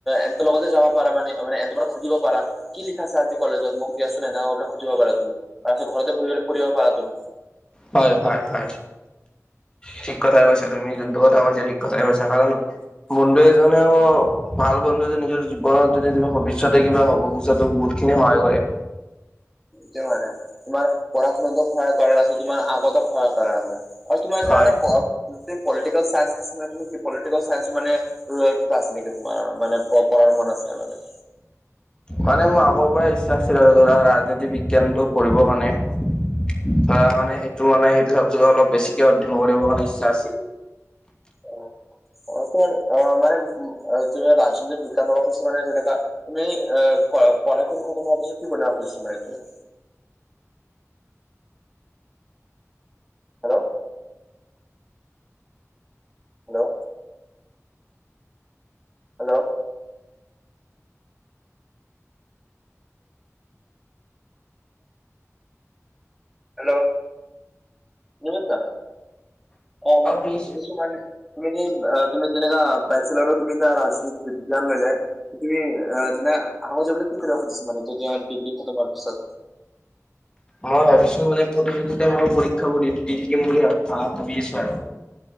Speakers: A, in the centre; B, on the left.
A: এন্তৰ লগতে যাব পাৰা মানে মানে এন্তৰ পৰা খুজিব পাৰা কি লিখাইছে আজি কলেজত মোক দিয়াচোন এনেকোৱাকে খুজিব পাৰা তুমি তাৰপিছত ঘৰতে বহি পেলাই পঢ়িব পাৰা তুমি
B: হয় হয় হয় ঠিক কথাই কৈছা তুমি যোনটো কথা কৈছা ঠিক কথাই কৈছা কাৰণ বন্ধু এজনেও ভাল বন্ধু এজন নিজৰ জীৱনত যদি তুমি ভৱিষ্যতে কিবা হ'ব খুজা ত বহুতখিনি সহায় কৰে
A: তেও হোৱা নাই তোমাৰ পঢ়া শুনাতো সহায় কৰা আছে তোমাৰ আগতো সহায় কৰা আছে আৰু তোমাৰ যেনেকা
B: হয়
A: মানে প পলিটিকেল চাইন্স নিচিনা তুমি কি পলিটিকেল চাইন্স মানে ত কিবা আছে নেকি তোমাৰ মানে পঢ়াৰ মন আছে মানে
B: মানে মোৰ আগৰ পৰাই ইচ্ছা আছিল আৰু ধৰা ৰাজনীতি বিজ্ঞানটো পঢ়িবৰ কাৰণে ধৰা মানে সেইটো মানে সেইটো চাবজেক্টত অলপ বেছিকে অধ্যয়ন কৰিব কাৰণে ইচ্ছা আছিল।
A: অ অ তোমাৰ অ মানে ৰাজনীতিৰ বিজ্ঞানৰ সূচি মানে যেনেকা তুমি এ কৰা পঢ়াখন খতম হোৱাৰ পিছত কি বনাব খুজিছা মানে তুমি হেল্ল' হেল্ল' হেল্ল' হেল্ল নিমিত্ত অ কোৱা
B: মই
A: সুধি চাবানে তমি যে এই তুমি যেনেকা বেচেলাৰো তুমি এতিয়া ৰাজনীতি বিজ্ঞান ললে তুমি আহ যেনে আগত যাবলে কি কৰিব খুজিছা মানে ডিগ্ৰী আ ডিগ্ৰী খতম হোৱাৰ পিছত
B: মই ভাবিছো মানে প্ৰতিযোগিতামূলক পৰীক্ষা সমূহ দি দি থাকিম বুলি ভা ভাবি আছো আৰু